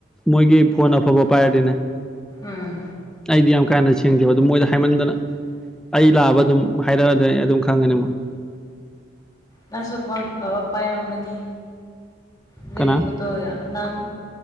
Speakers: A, in the centre; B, on the left.
A: ꯃꯣꯏꯒꯤ ꯐꯣꯟ ꯑꯐꯕ ꯄꯥꯏꯔꯗꯤꯅꯦ
B: ꯎꯝ
A: ꯑꯩꯗꯤ ꯌꯥꯝ ꯀꯥꯏꯅ ꯊꯦꯡꯖꯕ ꯑꯗꯨꯝ ꯃꯣꯏꯗ ꯍꯥꯏꯃꯟꯗꯅ ꯑꯩ ꯂꯥꯛꯑꯕ ꯑꯗꯨꯝ ꯍꯥꯏꯔꯛꯑꯗꯤ ꯑꯗꯨꯝ ꯈꯪꯉꯅꯤ ꯃꯣꯏ
B: ꯅꯪꯁꯨ ꯐꯣꯟ ꯐꯕ ꯄꯥꯏꯔꯃꯅꯤ ꯑꯗꯒꯤ
A: ꯀꯅꯥ
B: ꯐꯣꯇꯣ ꯅꯪ